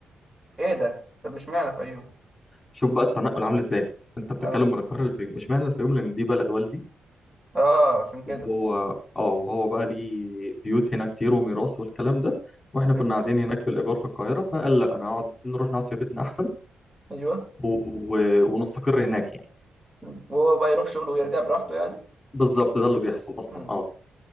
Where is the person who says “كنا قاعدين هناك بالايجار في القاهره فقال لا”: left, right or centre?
Left